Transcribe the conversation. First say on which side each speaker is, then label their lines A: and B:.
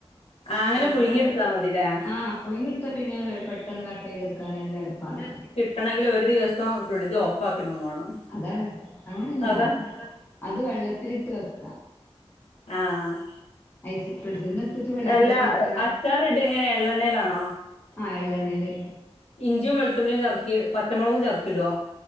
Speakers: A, on the left; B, on the left.
A: ആഹ് അങ്ങനെ
B: അതു
A: പുഴുങ്ങി
B: പോലെ
A: എടുത്താ മതില്ലേ
B: ആഹ് പൊയിഞ്ഞെടുത്താ പിന്നെ പെട്ടെന്ന് കട്ട് യ്തെടുക്കാൻ എല്ലാം എളുപ്പാണല്ലോ
A: കിട്ടണെങ്കി ഒരു ദിവസം ഫ്രിഡ്ജ് ഓഫാക്കിടും വേണം
B: അതാണ് അങ്ങനല്ല
A: അതാ
B: അത് വെള്ളത്തിലിട്ട് വെക്ക
A: ആഹ്
B: അ സപ്പത്തിന്ന് <unintelligible> <unintelligible> വെള്ളത്തിലിട്ടച്ചാല്
A: അല്ല അച്ചാറിട എങ്ങനെ എള്ളെണ്ണയിലാണോ
B: ആ ഹ് എള്ളണ്ണേല്
A: ഇഞ്ചിം വെളുത്തുള്ളിം ചത്ക്കി പത്തമുളകും ചത്ക്കിടോ?